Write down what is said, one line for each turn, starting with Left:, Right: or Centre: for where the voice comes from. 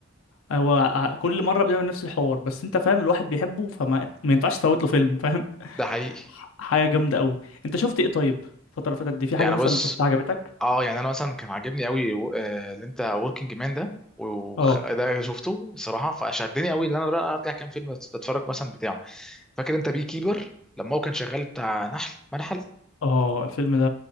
Left: هو ع- كل مرة بيعمل نفس الحوار بس انت فاهم الواحد بيحبه فما ما ينفعش تفوت له فيلم فاهم
Centre: ده حقيقي
Left: ح- حاجة جامدة قوي انت شفت ايه طيب الفترة اللي فاتت دي في حاجة
Centre: يعني
Left: مثلا
Centre: بص
Left: شفتها عجبتك
Centre: اه يعني انا مثلا كان عاجبني قوي آه، اللي انت وركينج مان ده وخ-
Left: اه
Centre: ده شفته صراحه فشدني قوي ان انا بقى ارجع كام فيلم اتفرج مثلا بتاعه فاكر انت بي كيبر لما هو كان شغال بتاع نحل منحل
Left: اه الفيلم ده